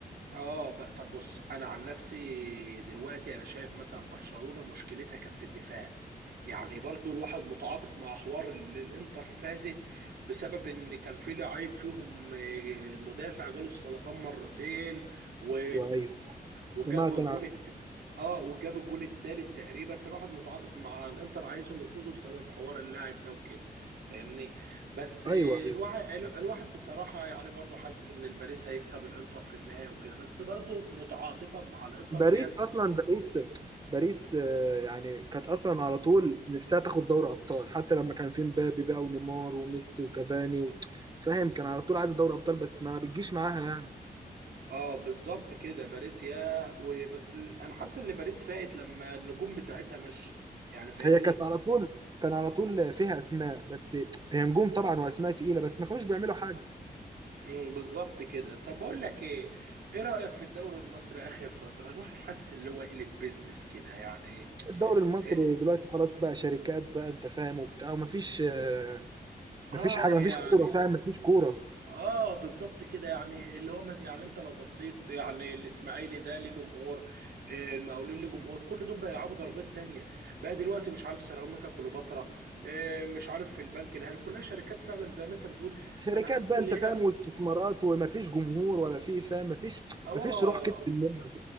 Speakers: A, on the right; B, on the right.
A: اه بقى طب بص انا عن نفسي دلوقتي انا شايف مثلا برشلونة مشكلتها كان في الدفاع يعني برضو الواحد متعاطف مع حوار ال- الانتر فازت بسبب ان كان في لعيب فيهم آه، المدافع جاله السرطان مرتين و...
B: ايوه ايوه
A: وجاب
B: سمعت
A: الجون
B: انا
A: الت... اه وجاب الجون التالت تقريبا فالواحد متعاطف مع الانتر عايزهم يفوزوا بسبب حوار اللاعب ده وكده فاهمني بس
B: ايوه ايوه
A: الواحد الواحد بصراحة يعني برضو حاسس ان الباريس هيكسب الانتر في النهاية وكده بس برضو متعاطفا مع الانتر
B: باريس
A: اللي هي تفوز
B: اصلا باريس باريس آه، يعني كانت اصلا على طول نفسها تاخد دوري ابطال حتى لما كان في مبابي بقى ونيمار وميسي وكافاني و... فاهم كان على طول عايزه دوري ابطال بس ما بتجيش معاها يعني
A: اه بالظبط كده باريس ياه وبس انا حاسس ان باريس فاقت لما النجوم بتاعتها مشت يعني فاهمني
B: هي كانت على طول كان على طول فيها اسماء بس هي نجوم طبعا واسماء تقيله بس ما كانوش بيعملوا حاجه
A: مم، بالظبط كده طب بقول لك ايه ايه رأيك في الدوري المصري اخر فترة الواحد حاسس اللي هو قلب بيزنس كده يعني
B: الدوري المصري
A: إيه؟
B: دلوقتي خلاص بقى شركات بقى انت فاهم وبتاع ومفيش آه،
A: اه
B: مفيش حاجه مفيش
A: يعني
B: كوره فاهم مفيش كوره
A: اه بالظبط كده يعني اللي هو مز... يعني انت لو بصيت يعني الاسماعيلي ده ليه جمهور آه، المقاولين ليه جمهور كل دول بيلعبوا درجات تانية بقى دلوقتي مش عارف سيراميكا كليوباترا آه، مش عارف في البنك الاهلي كلها شركات فعلا زي ما انت بتقول
B: شركات
A: فانا حاسس
B: بقى
A: ان
B: انت
A: هي
B: فاهم واستثمارات ومفيش جمهور ولا في فاهم مفيش
A: اه
B: مفيش روح كده في اللعب